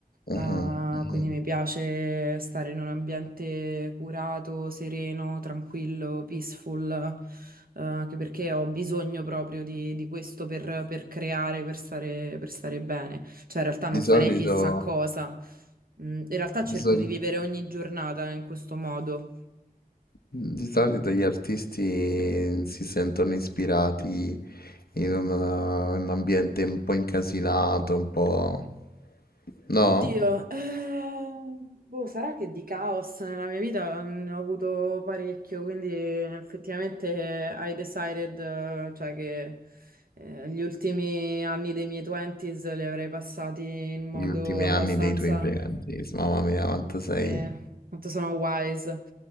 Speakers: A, on the left; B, on the right.
A: Mhm,
B: Eh,
A: mhm.
B: quindi mi piace stare in un ambiente curato, sereno, tranquillo, peaceful. eh, anche perché ho bisogno proprio di, di questo per, per creare, per stare per stare bene. Cioè, in realtà non
A: Di solito...
B: farei chissà cosa. Mm, In realtà
A: di
B: cerco
A: soli-
B: di vivere ogni giornata in questo modo.
A: Di solito gli artisti si sentono ispirati in un, eh, un ambiente un po' incasinato, un po'... No?
B: Oddio, eh, boh, sarà che di caos nella mia vita ne ho avuto parecchio, quindi effettivamente I decided, eh, cioè che eh, gli ultimi anni dei miei 20s li avrei passati in modo
A: Gli ultimi
B: abbastanza,
A: anni dei tuoi parenti, mamma mia, quanto sei,
B: sì, quanto sono wise.